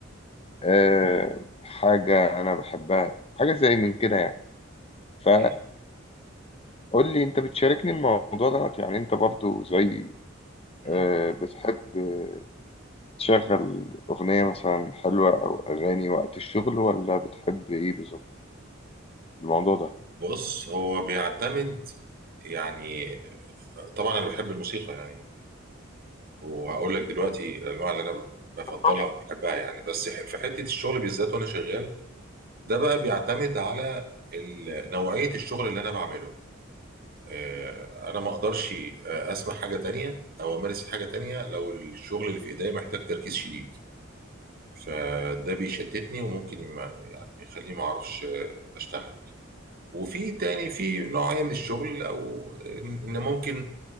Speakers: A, on the left; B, on the right.
A: آه، حاجه انا بحبها حاجه زي من كده يعني ف
B: مم.
A: قول لي انت بتشاركني الموضوع دوت يعني انت برضو زي
B: مم.
A: آه، بتحب آه، تشغل اغنية مثلا حلوة او اغاني وقت الشغل ولا بتحب ايه بالظبط الموضوع ده
B: بص هو بيعتمد يعني طبعا انا بحب الموسيقى يعني وهقول لك دلوقتي الانواع اللي انا بفضلها
A: طارق.
B: وبحبها يعني بس ح- في حته الشغل بالذات وانا شغال ده بقى بيعتمد على ال- نوعيه الشغل اللي انا بعمله آه، انا ما اقدرش آه، اسمع حاجه تانية او امارس حاجه تانية لو الشغل اللي في ايديا محتاج تركيز شديد فده بيشتتني وممكن ما يعني يخليني ما اعرفش آه، اشتغل وفي تاني في نوعية من الشغل او ان إن ممكن